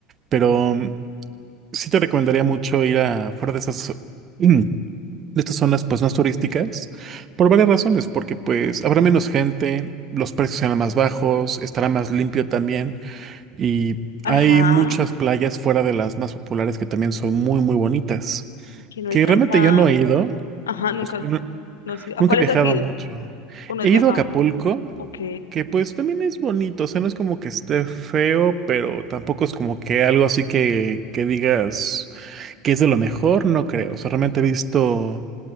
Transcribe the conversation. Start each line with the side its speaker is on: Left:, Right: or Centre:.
Right: Pero mm, sí te recomendaría mucho ir a fuera de esas, <clears throat> mm, de estas zonas, pues, más turísticas, por varias razones, porque, pues, habrá menos gente, los precios serán más bajos, estará más limpio también, y
Left: Ajá.
Right: hay muchas playas fuera de las más populares que también son muy, muy bonitas,
Left: Y que no
Right: que
Left: hay tanta.
Right: realmente yo no he ido.
Left: Ajá, nunca.
Right: o sea, yo no-
Left: No has ido-
Right: Nunca
Left: ¿A cuáles
Right: he viajado
Left: has ido?
Right: mucho.
Left: ¿O no
Right: He
Left: has viajado?
Right: ido a Acapulco,
Left: Ok.
Right: que pues también es bonito, o sea, no es como que esté feo, pero tampoco es como que algo así que, que digas que es de lo mejor, no creo. O sea, realmente he visto